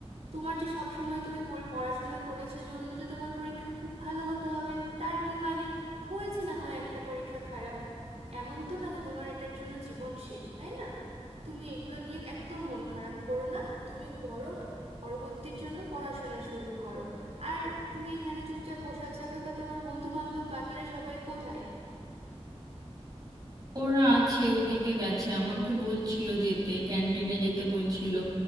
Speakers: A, on the right; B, on the right.
A: তোমার যে সব সময় তুমি পড়ে- পড়াশোনা করেছো জন্য যে তোমার পরীক্ষা খুব ভালো হতে হবে তার কি মানে হয়েছে না হয় একটা পরীক্ষা খারাপ এমন তো না যে তোমার এটার জন্য জীবন শেষ তাই না তুমি এগুলো নিয়ে একদম মন খারাপ করো না তুমি বরং পরবর্তীর জন্য পড়াশোনা শুরু করো আর তুমি এখানে চুপচাপ বসে আছো একা একা, তোমার বন্ধু বান্ধব বাকিরা সবাই কোথায়
B: ওরা আছে ওদিকে গেছে আমাকে বলছিল যেতে ক্যান্টিনে যেতে বলছিল